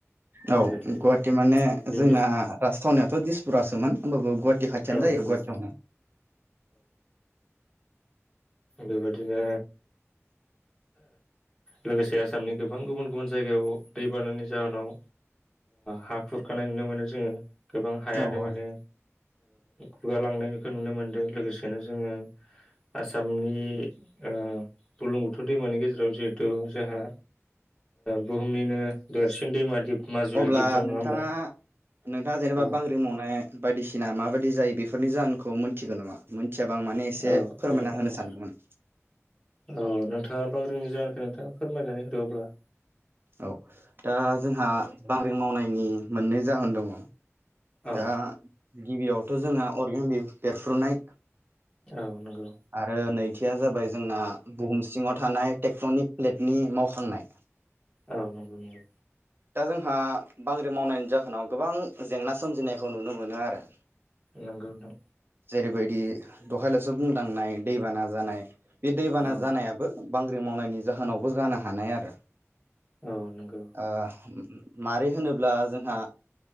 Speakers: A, on the right; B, on the left.
A: औ
B: बेबायदि
A: गुवाहाटी माने
B: बे
A: जोंना राजथावनियाथ' दिसपुरासोमोन। होमबाबो गुवाहाटी खाथियानो
B: औ
A: जायो
B: नंगौ
A: गुवाहाटीयावनो
B: बेबायदिनो लोगोसे आसामनि गोबां गुबुन गुबुन जायगायाव दैबानानि जाहोनाव हा खुरखानाय नुनो मोनो जोङो। गोबां हायानो
A: औ औ
B: माने गुगालांनायखौ नुनो मोनदों लोगोसेनो जोङो आसामनि ओ बुरलुं बुथुर दैमानि गेजेराव जिहेथु जोंहा बुहुमनिनो देरसिन दैमा दिप माजुलि
A: अब्ला
B: दिप दं
A: नोंथाङा
B: नङा होमबा
A: नोंथाङा जेनेबा
B: औ
A: बांग्रि मावनाय बायदिसिना माबायदि जायो। बेफोरनि जाहोनखौ मोनथिगोन नामा? मिथियाबा आं माने एसे
B: औ
A: फोरमायना
B: औ
A: होनो
B: औ
A: सानदोंमोन,
B: औ नोंथाङा बांग्रिनि जाहोनखौ नोंथाङा फोरमायनानै होदो अब्ला।
A: औ दा जोंहा बांग्रि मावनायनि मोननै जाहोन दङ।
B: औ
A: दा गिबियाव थ' जोंहा अरगें बेरफ्रुनाय,
B: औ नंगौ
A: आरो नै थिया जाबाय जोंना बुहुम सिङाव थानाय टेक्टनिक प्लेटनि मावखांनाय।
B: औ नंगौ नंगौ।
A: दा जोंहा बांग्रि मावनायनि जाहोनाव गोबां जेंना सोमजिनायखौ नुनो मोनो आरो।
B: नोंगौ नोंथां।
A: जेरैबायदि दहायल'सो बुंलांनाय दैबाना जानाय, बे दैबाना
B: औ
A: जानायाबो बांग्रि मावनायनि जाहोनावबो जानो हानाय आरो,
B: औ नंगौ
A: ओ मारै होनोब्ला जोंहा